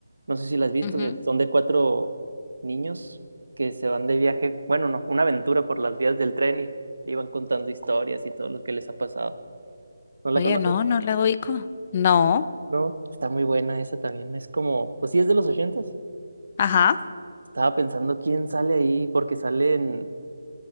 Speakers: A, on the right (about 85°); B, on the left (about 20°).
A: No sé si
B: <laughs>
A: la has visto,
B: ujú.
A: de- son de cuatro niños que se van de viaje, bueno, no, una aventura por las vías del tren y iban contando historias y todo lo que les ha pasado. ¿No la
B: Oye,
A: conoces?
B: no, no la ubico. No.
A: No, está muy buena esa también. Es como, pues sí, es de los ochentas.
B: Ajá.
A: Estaba pensando quién sale ahí, porque salen